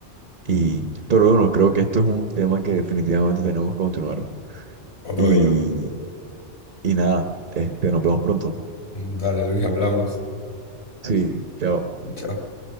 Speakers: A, on the right; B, on the left.
A: y, pero bueno, creo que esto es un tema que definitivamente tenemos que continuar.
B: Otro
A: Y
B: día.
A: Y nada, este, nos vemos pronto.
B: Dale, Luis, hablamos.
A: Sí, chao.
B: Chao.